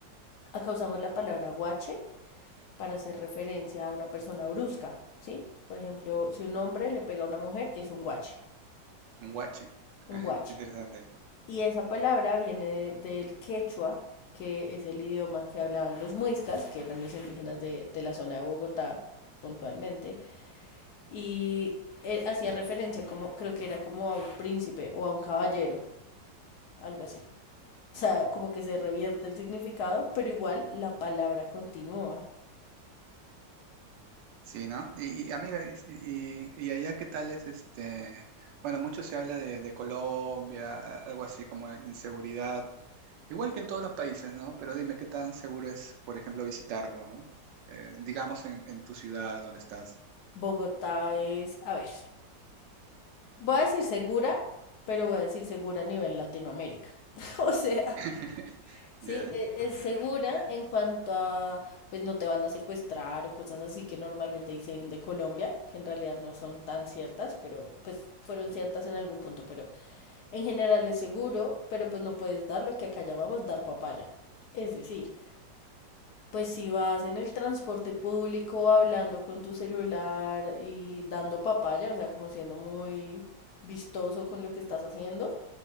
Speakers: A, on the left (about 70°); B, on the right (about 80°).
A: acá usamos la palabra guache para hacer referencia a una persona brusca, ¿sí? Por ejemplo, si un hombre le pega a una mujer, es un guache,
B: Un guache. <laughs>
A: un
B: Ajá,
A: guache.
B: Qué interesante.
A: Y esa palabra viene de- del quechua, que es el idioma que hablaban los muiscas, que eran los indígenas de, de la zona de Bogotá puntualmente. y eh, hacía referencia como, creo que era como a un príncipe o a un caballero, algo así. O sea, como que se revierte el significado, pero igual la palabra continúa.
B: Sí, ¿no? Y, y, amiga, y, y- y allá qué tal es este? Bueno, mucho se habla de, de Colombia, a- algo así como inseguridad. Igual que en todos los países, ¿no? Pero dime, ¿qué tan seguro es, por ejemplo, visitarlo, ¿no? Eh, digamos en, en tu ciudad donde estás.
A: Bogotá es, a ver, voy a decir segura, pero voy a decir segura a nivel Latinoamérica. <laughs> O sea,
B: <laughs>
A: sí,
B: ¿Ya?
A: e- es segura en cuanto a, pues no te van a secuestrar o cosas así que normalmente dicen de Colombia, que en realidad no son tan ciertas, pero pues fueron ciertas en algún punto, pero En general es seguro, pero pues no puedes dar lo que acá llamamos dar papaya. Es decir, pues si vas en el transporte público hablando con tu celular y dando papaya, o sea, como siendo muy vistoso con lo que estás haciendo,